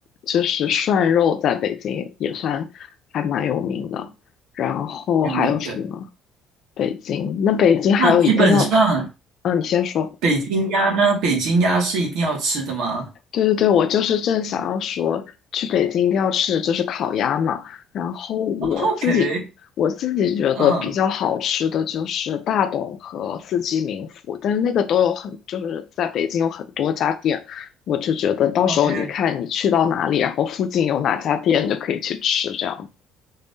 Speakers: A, on the left; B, on the right.
A: 就是涮肉在北京也算还蛮有名的。然后还有什么？
B: 有名的。
A: 北京，那北京还有一定要，
B: 那基本上
A: 嗯，你先说。
B: 北京鸭呢？北京鸭是一定要吃的吗
A: 对对对，我就是正想要说，去北京一定要吃的就是烤鸭嘛。然后我自己我自己觉得比较好吃的就是大董和四季民福，
B: o k <laughs> 嗯
A: 但是那个都有很，就是在北京有很多家店，我就觉得到时候你看你去到哪里，
B: ，OK，
A: 然后附近有哪家店就可以去吃这样。